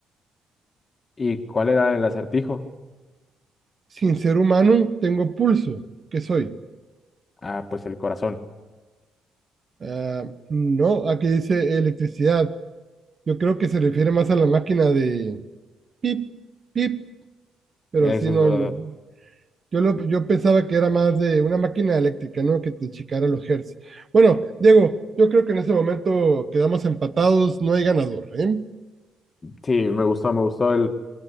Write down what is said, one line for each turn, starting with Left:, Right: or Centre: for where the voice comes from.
Left: ¿Y cuál era el acertijo?
Right: Sin ser humano tengo pulso. ¿Qué soy?
Left: Ah, pues el corazón.
Right: Ah, no, aquí dice electricidad. Yo creo que se refiere más a la máquina de pip, pip, pero
Left: Eso
Right: sí, no,
Left: es verdad.
Right: no. Yo, lo, yo pensaba que era más de una máquina eléctrica, ¿no? Que te checara los hertz. Bueno, Diego, yo creo que en ese momento quedamos empatados, no hay ganador, ¿eh?
Left: Sí, me gustó, me gustó el...